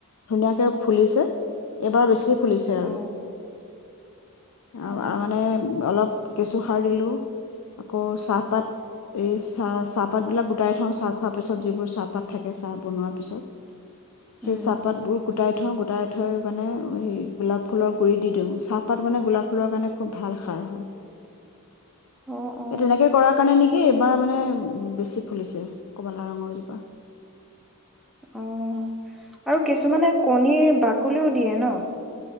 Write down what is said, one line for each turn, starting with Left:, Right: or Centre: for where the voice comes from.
Left: ধুনীয়াকে ফুলিছে। এইবাৰ বেছি। ফুলিছে আৰু
Centre: অ
Left: আৰ-আৰু
Centre: অ
Left: মানে অলপ কেঁচুসাৰ দিলোঁ, আকৌ চাহপাত, এই চাহ- চাহপাতবিলাক গোটাই থওঁ চাহ খোৱাৰ পিছত যিবোৰ চাহপাত থাকে চাহ বনোৱাৰ পিছত, সেই
Centre: উম
Left: চাহপাতবোৰ গোট গোটাই থওঁ গোটাই থৈ মানে এই গোলাপ ফুলৰ গুৰিত দি দিওঁ, চাহপাত মানে গোলাপ ফুলৰ কাৰণে খুব ভাল সাৰ হয়।
Centre: অ অ
Left: এ তেনেকে কৰা কাৰণে নেকি এইবাৰ মানে বেছি ফুলিছে। কমলা ৰঙৰ জোপা
Centre: অ', আৰু কিছুমানে কণীৰ বাকলিও দিয়ে ন?